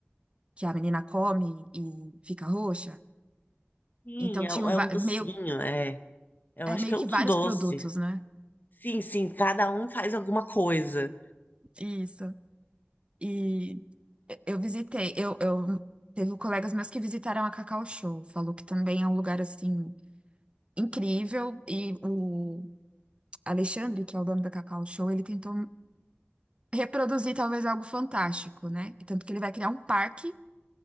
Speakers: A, on the right; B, on the left.
A: Que a menina come e fica roxa.
B: Sim,
A: Então
B: é,
A: tinham
B: é
A: va-
B: um docinho,
A: meio,
B: é. Eu
A: é,
B: acho
A: meio
B: que é
A: que
B: um do
A: vários
B: doce.
A: produtos, né?
B: Sim, sim, cada um faz alguma coisa.
A: Isso. E eu visitei, eu, eu teve colegas meus que visitaram a Cacau Show, falou que também é um lugar assim incrível e o Alexandre, que é o dono da Cacau Show, ele tentou reproduzir talvez algo fantástico, né? Tanto que ele vai criar um parque